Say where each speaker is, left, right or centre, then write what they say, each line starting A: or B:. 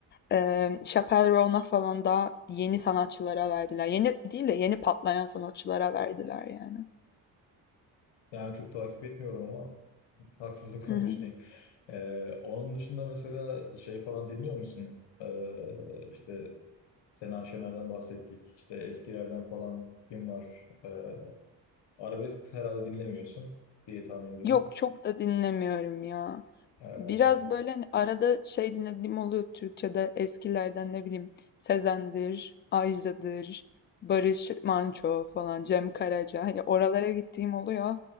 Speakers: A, on the left; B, on the left.
A: eee Chappell Roan'a falan daha yeni sanatçılara verdiler. Yeni değil de yeni patlayan sanatçılara verdiler yani.
B: Yani çok takip etmiyorum ama haksızlık
A: Hı
B: olmuş
A: hı.
B: değil. E, onun dışında mesela şey falan dinliyor musun? E, işte Sena Şener'den bahsettik. İşte eskilerden falan kim var? E, arabesk herhalde dinlemiyorsun diye tahmin ediyorum.
A: Yok çok da dinlemiyorum ya.
B: E,
A: Biraz böyle hani arada şey dinlediğim oluyor Türkçe'de eskilerden ne bileyim Sezen'dir, Ajda'dır, Barış Manço falan, Cem Karaca. Hani oralara gittiğim oluyor